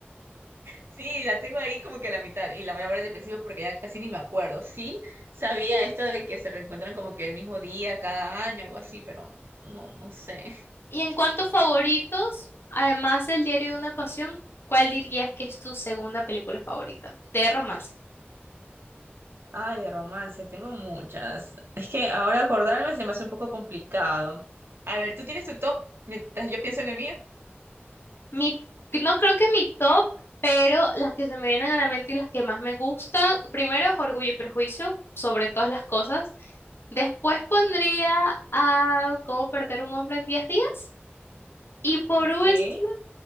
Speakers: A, on the right; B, on the left.
A: Sí, la tengo ahí como que a la mitad y la voy a ver desde el principio porque ya casi ni me acuerdo. Sí, sabía esto de que se reencuentran como que el mismo día, cada año, algo así, pero no, no sé.
B: Y en cuanto a favoritos, además del Diario de una Pasión, ¿cuál dirías que es tu segunda película favorita de romance?
A: Ay, de romance, tengo muchas. Es que ahora acordarme se me hace un poco complicado. A ver, ¿tú tienes tu top mientras yo pienso en el mío?
B: Mi, no creo que mi top, pero las que se me vienen a la mente y las que más me gustan, primero es Orgullo y Prejuicio, sobre todas las cosas. Después pondría a Cómo perder un hombre en diez días. Y por
A: Ok,
B: último,